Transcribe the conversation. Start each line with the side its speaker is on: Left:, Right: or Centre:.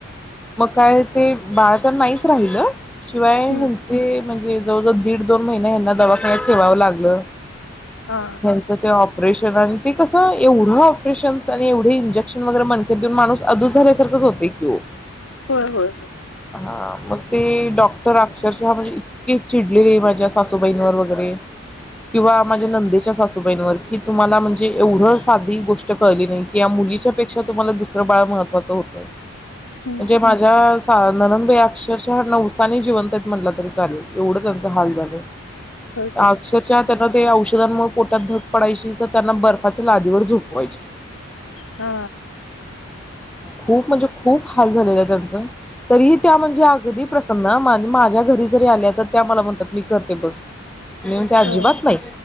Centre: मग काय ते बाळ तर नाहीच राहिलं शिवाय
Left: हम्म
Centre: ह्यांचे म्हणजे जवळ जवळ दीड दोन महिने हयांना दवाखान्यात ठेवावं लागलं
Left: हा
Centre: त्यांचं ते ऑपरेशन आणि ते कसं एवढं ऑपरेशन आणि एवढे इंजेक्शन वगैरे मणकेत देऊन माणूस अधू झाल्यासारखच होते कि ओ
Left: होय होय
Centre: हा मग ते डॉक्टर अक्षरशः म्हणजे इतके चिडलेले माझ्या सासूबाईंवर वगैरे किंवा माझ्या नंदेच्या सासूबाईंवर की तुम्हाला म्हणजे एवढं साधी गोष्ट कळली नाही की या मुलीच्या पेक्षा तुम्हाला दुसरं बाळ महत्त्वाचं होतं. म्हणजे
Left: हम्म
Centre: माझ्या ननंदबाई अक्षरशः नवसानी जिवंत आहेत म्हणला तरी चालेल एवढं त्यांचा हाल झालंय
Left: होय काय
Centre: अक्षरशः त्यांना ते औषधांमुळे पोटात धक पडायची तर त्यांना बर्फाच्या लादीवर झोपवायची
Left: हा
Centre: खूप म्हणजे खूप हाल झालेल आहे त्यांचं तरी त्या म्हणजे अगदी प्रसन्न माझ्या घरी जरी आल्या तर त्या मला म्हणतात मी करते बस मी म्हणते अजिबात
Left: हो
Centre: नाही